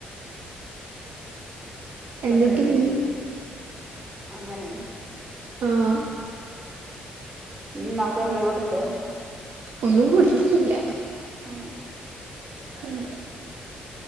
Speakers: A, on the right; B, on the right.
A: ഇപ്പൊ
B: എന്നിട്ട്
A: ട്രെൻഡിങ്
B: പിന്നെ
A: അങ്ങനെയാണ്
B: ആഹ്
A: ഇമ്മാക്ക് എന്ത് കൊടുത്ത്
B: ഒന്നും കൊടത്തിട്ടൊന്നുല്ല
A: അങ്ങനെ
B: ഉം